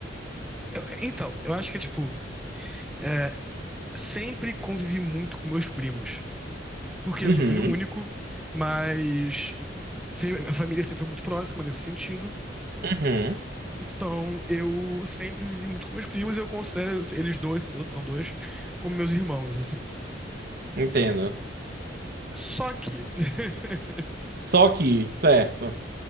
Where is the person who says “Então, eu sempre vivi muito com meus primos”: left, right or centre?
Centre